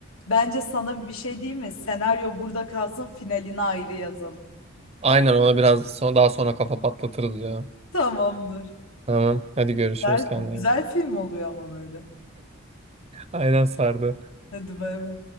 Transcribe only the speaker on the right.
Aynen ona biraz son- daha sonra kafa patlatırız ya.
Tamam hadi görüşürüz
kendine.
iyi bak.
Aynen sardı.